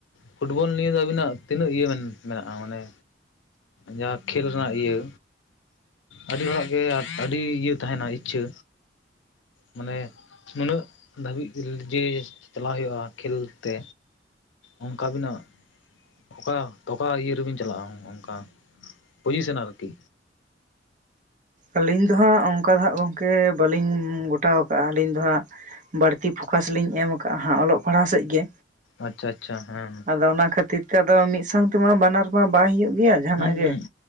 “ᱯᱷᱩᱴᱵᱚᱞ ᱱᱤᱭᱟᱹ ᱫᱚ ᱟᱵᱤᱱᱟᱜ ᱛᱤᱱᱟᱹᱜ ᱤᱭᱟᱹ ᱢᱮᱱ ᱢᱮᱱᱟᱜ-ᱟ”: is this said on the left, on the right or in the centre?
Left